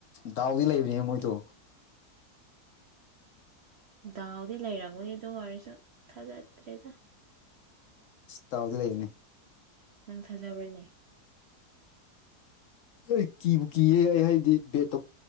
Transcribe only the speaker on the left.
ꯗꯥꯎꯗꯤ ꯂꯩꯕꯅꯦ ꯃꯣꯏꯗꯣ
ꯇꯥꯎꯗꯤ ꯂꯩꯕꯅꯦ
ꯑꯩ ꯀꯤꯕꯨ ꯀꯤꯌꯦ ꯑꯩ ꯍꯥꯏꯗꯤ ꯕꯦꯠ